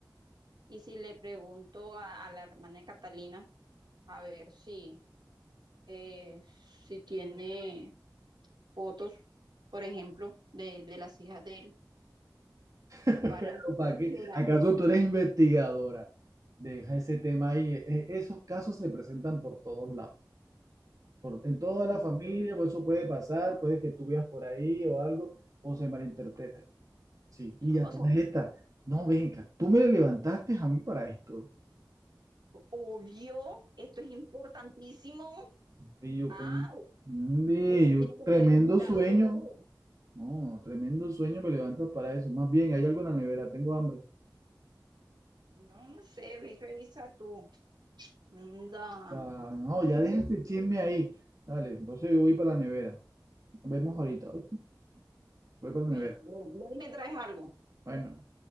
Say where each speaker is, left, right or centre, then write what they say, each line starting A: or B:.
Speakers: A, on the right; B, on the right.
A: Y si le pregunto a, a la hermana de Catalina, a ver si, eh, si tiene fotos, por ejemplo, de, de las hijas de él,
B: <laughs>
A: para
B: Pero ¿para
A: cerciorarme.
B: qué? ¿Acaso tú eres investigadora? Deja ese tema ahí. E- e- Esos casos se presentan por todos lados. Por- en toda
A: No.
B: la familia, o eso puede pasar, puede que tú veas por ahí o algo, o se malinterprete. Sí, y a
A: O
B: todas
A: sea,
B: estas, no venga, tú me levantaste a mí para esto.
A: obvio, esto es importantísimo.
B: Y yo
A: Ah,
B: con, Mm, y
A: uno tiene
B: yo
A: que estar
B: tremendo
A: enterado
B: sueño.
A: de todo.
B: No, tremendo sueño me levanta para eso. Más bien, hay algo en la nevera, tengo hambre.
A: No, no sé, ve y revisa tú. Da.
B: Ah, no,
A: Bueno,
B: ya deja este chisme ahí. Dale, entonces yo voy para la nevera. Nos vemos ahorita. ¿Oíste? Voy para la
A: ve-
B: nevera.
A: ve y me traes algo.
B: Bueno.